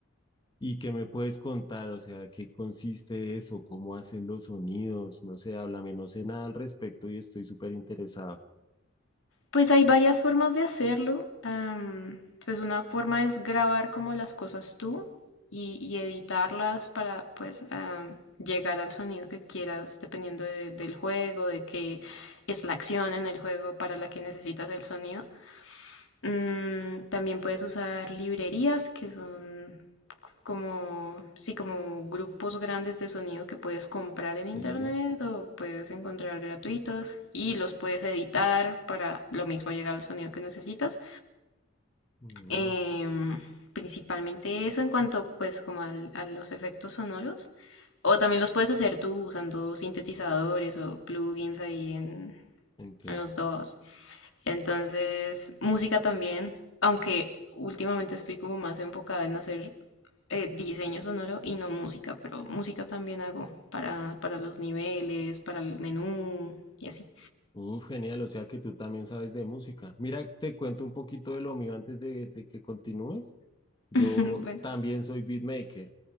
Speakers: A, on the left; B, on the left.
A: ¿Y qué me puedes contar? O sea, ¿qué consiste eso? ¿Cómo hacen los sonidos? No sé, háblame, no sé nada al respecto y estoy súper interesado.
B: Pues hay varias formas de hacerlo. am, pues una forma es grabar como las cosas tú y, y editarlas para pues am, llegar al sonido que quieras dependiendo de- del juego, de qué es la acción en el juego para la que necesitas el sonido. Mm, también puedes usar librerías, que son como, sí, como grupos grandes de sonido que puedes comprar
A: Sí.
B: en internet o puedes encontrar gratuitos y los puedes editar para lo mismo llegar al sonido que necesitas.
A: Mm,
B: Em, principalmente eso en cuanto pues como al- a los efectos sonoros. O también los puedes hacer tú usando sintetizadores o plugins ahí en,
A: entiendo.
B: en los dos. Entonces, música también, aunque últimamente estoy como más enfocada en hacer eh, diseño sonoro y no música, pero música también hago para, para los niveles, para el menú y así.
A: Uf, genial, o sea que tú también sabes de música. Mira, te cuento un poquito de lo mío antes de, de que continúes. Yo
B: <laughs> Bueno.
A: también soy beatmaker.